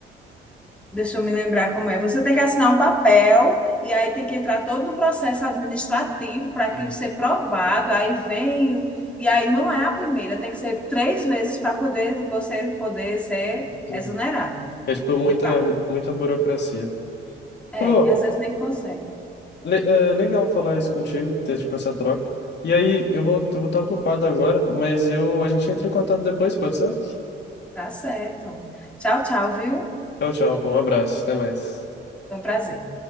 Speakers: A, in the centre; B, on the left.
A: Deixa eu me lembrar como é. Você tem que assinar um papel e aí tem que entrar todo no processo administrativo para aquilo
B: uhum,
A: ser provado. Aí vem, o- e aí não é a primeira, tem que ser três vezes para poder você poder ser
B: uhum.
A: exonerado
B: É tipo muita,
A: do cargo.
B: muita burocracia.
A: É,
B: Pô,
A: e às vezes nem consegue.
B: le- é, legal falar isso contigo, ter tipo essa troca. E aí, eu vou, eu vou estar ocupado agora, mas eu, a gente entra em contato depois, pode ser?
A: Tá certo. Tchau, tchau, viu?
B: Tchau, tchau, pô, um abraço, até mais.
A: Foi um prazer.